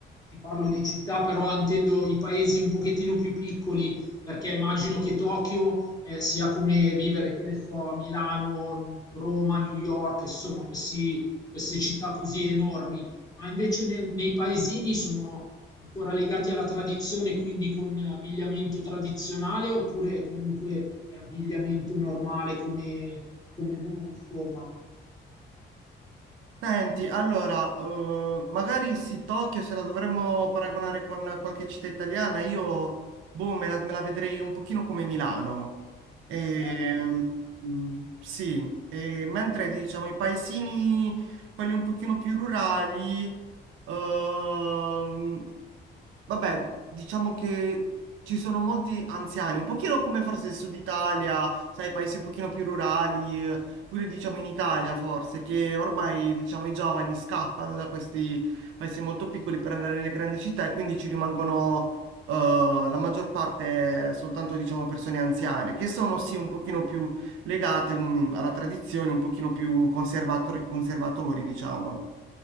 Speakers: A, on the left; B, on the right.
A: ti parlo di città, però intendo i paesi un pochettino più piccoli, perché immagino che Tokyo, eh, sia come vivere, che ne so, a Milano, Roma, New York, insomma, questi- queste città così enormi, ma invece nel- nei paesini sono ancora legati alla tradizione, quindi con abbigliamento tradizionale, oppure comunque è abbigliamento normale come, come noi, insomma.
B: Senti, allora, eh, magari sì, Tokyo se la dovremmo paragonare con qualche città italiana, io, boh, me la, me la vedrei un pochino come Milano. E,
A: Ok.
B: mm, sì, e mentre diciamo i paesini, quelli un pochino più rurali, ehm, Vabbè, diciamo che ci sono molti anziani, un pochino come forse il Sud Italia, sai, paesi un pochino più rurali, eh, pure diciamo in Italia forse, che ormai diciamo i giovani scappano da questi paesi molto piccoli per andare nelle grandi città e quindi ci rimangono eh, la maggior parte soltanto diciamo persone anziane, che sono sì un pochino più legate mm, alla tradizione, un pochino più conservatori, conservatori, diciamo.